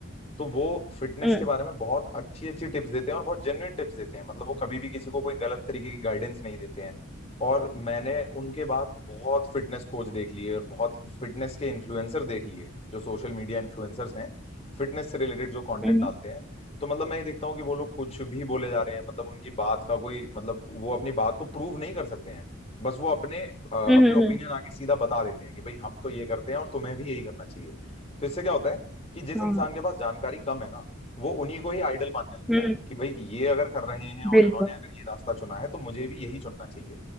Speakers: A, on the left (about 30°); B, in the centre.
A: तो वो फिटनेस
B: हम्म
A: के बारे में बहुत अच्छी अच्छी टिप्स देते हैं और बहुत जेन्युइन टिप्स देते हैं मतलब वो कभी भी किसी को कोई गलत तरीके की गाइडेंस नहीं देते हैं और मैंने उनके बाद बहुत फिटनेस कोच देख लिए और बहुत फिटनेस के इन्फ्लुएंसर देख लिए जो सोशल मीडिया इन्फ्लुएंसर्स हैं फिटनेस से रिलेटेड जो कंटेंट
B: हम्म
A: डालते हैं तो मतलब मैं ये देखता हूँ कि वो लोग कुछ भी बोले जा रहे हैं मतलब उनकी बात का कोई मतलब वो अपनी बात को प्रूव नहीं कर सकते हैं बस वो अपने अ, अपने
B: हम्म हम्म
A: ओपिनियन
B: हम्म,
A: आके सीधा बता देते हैं कि भाई हम तो ये करते हैं और तुम्हें भी यही करना चाहिए तो इससे क्या होता है कि जिस
B: हाँ
A: इंसान के पास जानकारी कम है ना वो उन्हीं को ही आइडल मानने लगता
B: हम्म,
A: है कि भाई ये अगर कर रहे हैं और
B: बिल्कुल
A: इन्होंने अगर ये रास्ता चुना है तो मुझे भी यही चुनना चाहिए